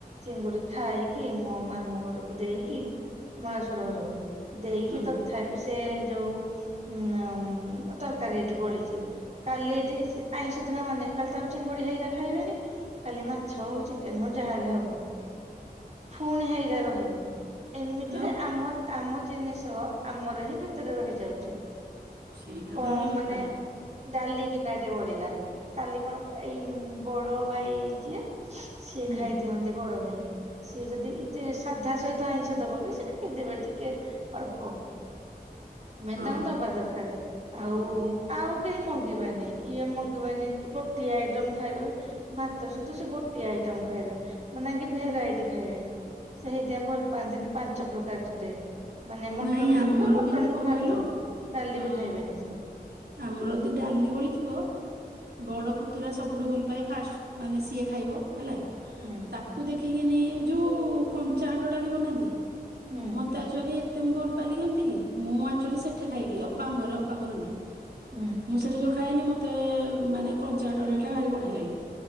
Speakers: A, on the right; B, on the right.
A: ଚିଙ୍ଗୁଡି ଖାଇକି ମୋ ମାମୁଁ ଘରକୁ ଦେଇକି ମଳଶୁର ଘରକୁ। ଦେଇକି
B: ହଁ
A: ତଥାପି ସେ ଯୋଉ ଉଁ ତରକାରୀ ଏଠି ବଳିଛି। କାଲି ଏଠି ଆଇଁଷ ଦିନ ମାନେ କାଲି ତ ଆଉ ଚିଙ୍ଗୁଡି ହେଇରା ଖାଇବେନି। କାଲି ମାଛ ହଉ ଚିକେନ ହଉ ଯାହାହଲେ ହବ ଫୁଣି ହେଇରା ରହିବ। ଏମିତିରେ
B: ଆଉ
A: ଆମ ଆମ ଜିନିଷ ଆମର ହିଁ ଭିତରେ ରହିଯାଉଛି।
B: ସେଇଟା
A: କ
B: ତ ହେଲା କଥା
A: ମାନେ ଡାଲି ଗିନାଟେ ବଳିଲା। କାଲି କଣ ଏଇ ବଡ ଭାଇ ଯିଏ ସିଏ
B: ହୁଁ
A: ଖାଇଦିଅନ୍ତେ ବଡ ଭାଇ। ସିଏ ଯଦି ଦେ ସାଧା ସହି ଆଇଁଷ ଦବ ବି ସେ ଖାଇଦେବେ ଟିକେ ଅଳ୍ପ। ମେନ୍
B: ହଁ।
A: ତାଙ୍କୁ ଦବା ଦରକାର। ଆଉ
B: ହଁ
A: ଆଉ କେହି ମଙ୍ଗିବେନି। ଇଏ ମଙ୍ଗିବେନି ଗୋଟିଏ ଆଇଟମ୍ ଖାଇବେ ବେ ଭାତ ସହିତ ସେ ଗୋଟିଏ ଆଇଟମ୍ ଖାଇବେ। ମାନେ କି ଭେରାଇଟି ଖାଇବେ। ସେଇଥି ପାଇଁ ଭଲ ପାଆନ୍ତିନି ପାଞ୍ଚ ପ୍ରକାର ତୁ ଦେ। ମାନେ ମ
B: ନାଇଁ
A: ମଟନ ହେଇଛି
B: ଆମର
A: ତ ମଟନ
B: କିନ୍ତୁ କଣ
A: କୁ ଭାତ,
B: କହିଲୁ
A: ଡାଲି
B: ଅଁ
A: ବି ଖାଇବେନି ସେ।
B: ଆମର ଯଦି ଡାଲି ବଳି ଥିବ ବଡ ପୁତୁରା ସବୁଠୁ ଭଲ ପାଏ ଫାଷ୍ଟ ମାନେ ସିଏ ଖାଇବ ହେଲା।
A: ହୁଁ।
B: ତାକୁ ଦେଖିକିନି ଯୋଉ କଞ୍ଚା ହରଡ଼ ଡାଲି ବନାନ୍ତି।
A: ହୁଁ।
B: ମତେ ଆକ୍ଚୁଲି ଏତେ ମୁଁ ଭଲ ପାଇଲିି କେମିତି କି। ମୁଁ ଆକ୍ଚୁଲି ସେଠି ଖାଇକି ଅପାଙ୍କ ଘରେ ଅପା କରନ୍ତି।
A: ହୁଁ।
B: ମୁଁ ସେଇଠି ଯେଉଁ ଖାଇଲି ମୋତେ ମାନେ କଞ୍ଚା ହରଡ ଡାଲିଟା ଭାରି ବଢ଼ିଆ ଲାଗେ।